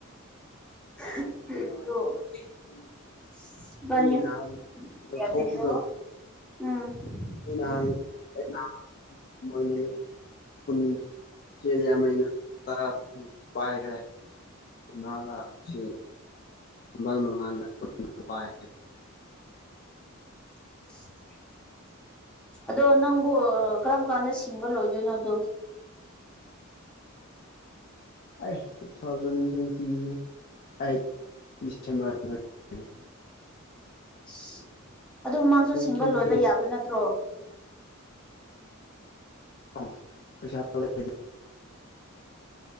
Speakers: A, in the centre; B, on the left.
A: <inaudible>
B: ꯑꯃꯨꯛ
A: <unintelligible>
B: ꯂꯥꯛꯑꯗꯤ ꯑꯁ
A: ꯎꯝ
B: ꯑꯩꯁꯦ
A: ꯑꯗꫭ
B: ꯑꯩ ꯅꯍꯥꯟ
A: ꯏꯕꯥꯏ
B: ꯂꯧꯊꯣꯛꯄꯗꯣ
A: <inaudible> ꯌꯥꯗꯦ
B: ꯑꯩ
A: ꯎꯝ
B: ꯅꯍꯥꯟ <unintelligible> <inaudible> ꯇꯔꯥ ꯀꯨꯟꯃꯨꯛ ꯄꯥꯏꯉ꯭ꯔꯦ ꯇꯤꯅꯥꯜꯂꯁꯤ ꯃꯜ ꯅꯨꯡꯉꯥꯏꯅ <inaudible> ꯄꯥꯏꯉ꯭ꯔꯦ
A: <unintelligible> <inaudible> ꯑꯗꯣ ꯅꯪꯕꯨ ꯀꯔꯝ ꯀꯥꯟꯗ ꯁꯤꯡꯕ ꯂꯣꯏꯗꯣꯏꯅꯣꯗꯨ
B: ꯑꯩ ꯇꯨ ꯊꯥꯎꯖꯟ ꯇꫭꯏ꯭ꯟꯇꯤꯒꯤ ꯑꯩꯠ ꯗꯤꯁꯦꯝꯕꯔ ꯑꯗꯨ꯭ꯋꯥꯏ ꯂꯩꯅꯤ
A: ꯁꯤ ꯑꯗꯨ ꯃꯥꯖꯨ ꯁꯤꯡꯕ
B: ꯇ꯭ꯋꯦꯟꯇꯤ
A: ꯂꯣꯏꯕ
B: ꯑꯩꯠ
A: ꯌꯥꯕ ꯅꯠꯇ꯭ꯔꯣ
B: ꯑ ꯄꯩꯁꯥ ꯂꯩ ꯔꯗꯤ